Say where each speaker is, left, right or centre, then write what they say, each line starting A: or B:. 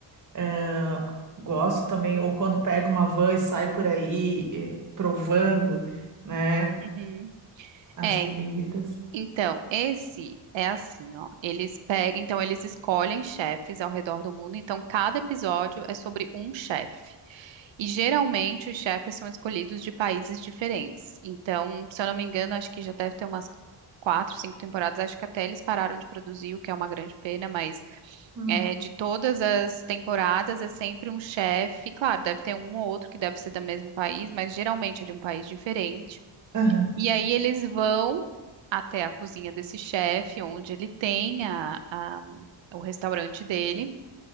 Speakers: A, on the right (about 40°); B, on the right (about 75°).
A: Eh, gosto também, ou quando pega uma van e sai por aí eh, provando, né,
B: Uhum.
A: as
B: É,
A: comidas.
B: Então, esse é assim, ó. Eles pegam, então eles escolhem chefes ao redor do mundo. Então, cada episódio é sobre um chefe. E geralmente os chefes são escolhidos de países diferentes. Então, se eu não me engano, acho que já deve ter umas quatro, cinco temporadas. Acho que até eles pararam de produzir, o que é uma grande pena, mas
A: Ah,
B: é, de todas as temporadas é sempre um chefe. Claro, deve ter um ou outro que deve ser do mesmo país, mas geralmente é de um país diferente.
A: Aham,
B: E aí eles vão até a cozinha desse chefe, onde ele tem a, a- o restaurante dele.